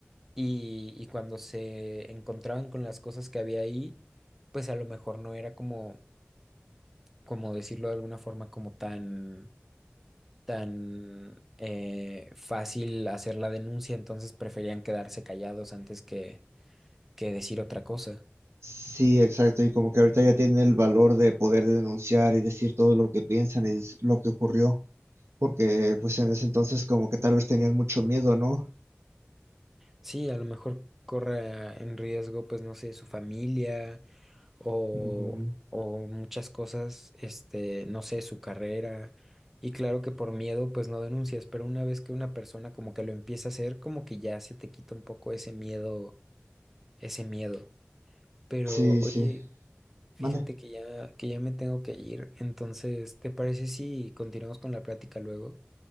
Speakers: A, in the centre; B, on the right (about 75°).
A: y, y cuando se encontraban con las cosas que había ahí, pues a lo mejor no era como, como decirlo de alguna forma, como tan, tan eh, fácil hacer la denuncia, entonces preferían quedarse callados antes que, que decir otra cosa.
B: Sí, exacto. Y como que ahorita ya tienen el valor de poder denunciar y decir todo lo que piensan y es lo que ocurrió, porque pues en ese entonces como que tal vez tenían mucho miedo, ¿no?
A: Sí, a lo mejor corra en riesgo, pues no sé, su familia o,
B: Ujú.
A: o muchas cosas, este, no sé, su carrera. Y claro que por miedo, pues no denuncias, pero una vez que una persona como que lo empieza a hacer, como que ya se te quita un poco ese miedo, ese miedo. Pero
B: Sí,
A: oye,
B: sí.
A: fíjate
B: Manda.
A: que ya, que ya me tengo que ir, entonces, ¿te parece si continuamos con la plática luego?